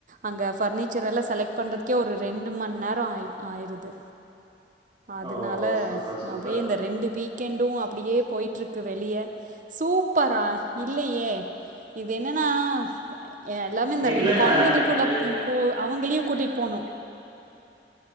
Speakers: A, on the right; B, on the right.
A: அங்க ஃபர்னிச்சர் எல்லா செலக் பண்றதுக்கே ஒரு ரெண்டு மண் நேரோ ஆய் ஆயிருது. அதுனால
B: ஓ! சூப்பர், சூப்பர்.
A: அப்டியே இந்த ரெண்டு வீ க்கெண்டு அப்பிடியே போய்ட்ருக்கு வெளிய சூப்பரா இல்லையே. இது என்னனா அ எல்லாமே இந்த
B: இல்லங்க
A: ரெண்டு கொழந்தைங்க
B: இதுக்கு
A: கு அவுங்களையு கூட்டிட் போணு.